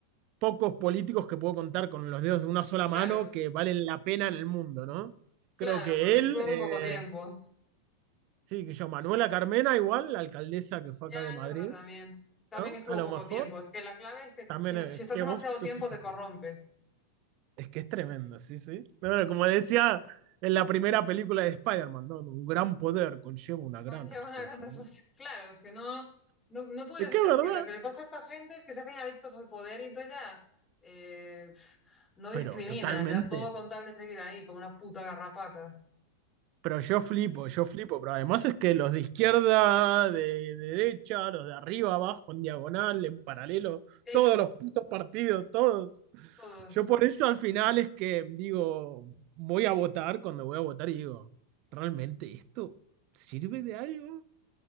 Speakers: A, on the right; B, on the left.
A: pocos políticos que puedo contar con los dedos de una sola
B: claro,
A: mano que valen la pena en el mundo, ¿no?
B: claro,
A: Creo que
B: porque estuvo
A: él,
B: muy
A: eh,
B: poco tiempo.
A: sí, que yo, Manuela Carmena igual, la alcaldesa que fue
B: Ya,
A: acá de
B: es
A: Madrid,
B: verdad también. También
A: ¿no?
B: estuvo
A: A lo
B: poco
A: mejor.
B: tiempo. Es que la clave es que
A: También
B: si,
A: eh,
B: si
A: es
B: estás
A: que
B: demasiado
A: vos, tú
B: tiempo
A: fíjate,
B: te corrompes.
A: es que es tremendo, sí, sí. Pero bueno, como decía en la primera película de Spider-Man, ¿no? Un gran poder conlleva una
B: conlleva
A: gran responsabilidad.
B: una gran responsabilidad. <laughs> Claro, es que no, no, no puedes,
A: Es que es
B: es
A: verdad,
B: que lo que le pasa a esta gente es que se hacen adictos al poder y entonces ya eh, pf, no discriminan,
A: pero totalmente.
B: ya todo contable seguir ahí como una puta garrapata.
A: Pero yo
B: Mm,
A: flipo, yo flipo, pero además es que los de izquierda, de, derecha, los de arriba, abajo, en diagonal, en paralelo,
B: sí,
A: todos los putos partidos, todos.
B: todos.
A: Yo por eso al final es que digo, voy a votar cuando voy a votar y digo, ¿realmente esto sirve de algo?